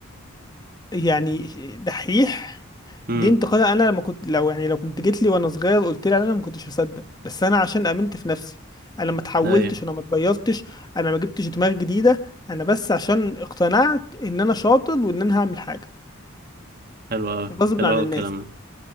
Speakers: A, on the left; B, on the right.
A: يعني دحيح
B: امم
A: دي انتقادة انا لما كنت لو يعني لو كنت جيت لي وانا صغير قلت لي انا ما كنتش هصدق بس انا عشان امنت في نفسي انا ما اتحولتش
B: ايوه
A: انا ما اتغيرتش انا ما جبتش دماغ جديدة انا بس عشان اقتنعت ان انا شاطر وان انا هعمل حاجة
B: حلو قوي
A: غصب
B: حلو
A: عن
B: قوي
A: الناس
B: الكلام ده